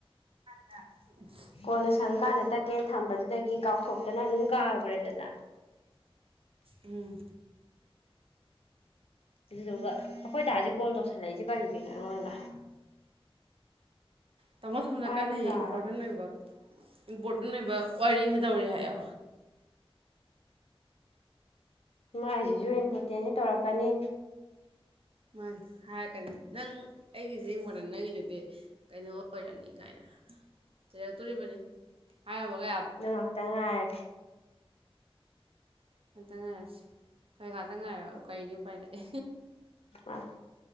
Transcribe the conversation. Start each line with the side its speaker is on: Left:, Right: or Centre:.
Right: ꯗ <unintelligible>
Left: ꯀꯣꯟꯅ ꯁꯪ ꯀꯥꯟꯗ ꯇꯛꯀꯦꯅ ꯊꯝꯕꯗꯨꯗꯒꯤ ꯀꯥꯎꯊꯣꯛꯇꯅ ꯑꯗꯨꯝ ꯀꯥꯎꯈ꯭ꯔꯦꯗꯅ
Right: ꯎꯝ
Left: ꯑꯗꯨꯗꯨꯒ ꯑꯩꯈꯣꯏ ꯗꯁꯦ ꯀꯣꯜ ꯇꯧꯁꯜꯂꯛꯏꯁꯦ ꯀꯔꯤꯒꯤꯅꯣ ꯑꯩꯉꯣꯟꯗ
Right: ꯇꯥꯃꯣ ꯁꯣꯝꯗ
Left: ꯄꯥꯏꯕꯁꯨ
Right: ꯀꯟꯅ
Left: ꯌꯥꯔꯣꯏ
Right: ꯏꯝꯄꯣꯔꯇꯦꯟ ꯑꯣꯏꯕ ꯏꯝꯄꯣꯔꯇꯦꯟ ꯑꯣꯏꯕ ꯋꯥꯔꯤ ꯑꯃ ꯇꯧꯔꯤ ꯍꯥꯏꯌꯣ
Left: ꯃꯥꯏꯁꯤꯁꯨ ꯏꯝꯄꯣꯔꯇꯦꯟꯅꯤ ꯇꯧꯔꯛꯀꯅꯤ
Right: ꯃꯥꯅꯦ ꯍꯥꯏꯔꯛꯀꯅꯤ ꯅꯪ ꯑꯩꯒꯤꯁꯤ ꯏꯃꯣꯗꯔꯦꯟ ꯅꯪꯒꯤꯗꯨꯗꯤ ꯀꯩꯅꯣ ꯑꯣꯏꯔꯝꯅꯤ ꯀꯥꯏꯅ ꯆꯩꯔꯛꯇꯣꯔꯤꯕꯅꯤ ꯍꯥꯏꯔꯕꯒ
Left: ꯅꯪ ꯉꯥꯏꯍꯥꯛꯇꯪ ꯉꯥꯏꯔꯒꯦ
Right: ꯉꯥꯛꯇꯪ ꯉꯥꯏꯔꯁꯤ ꯍ‌ꯣꯏ ꯉꯥꯛꯇꯪ ꯉꯥꯏꯔ‌ꯣ ꯀꯔꯤꯗꯤ ꯎꯄꯥꯏ ꯂꯩ
Left: ꯑ <unintelligible>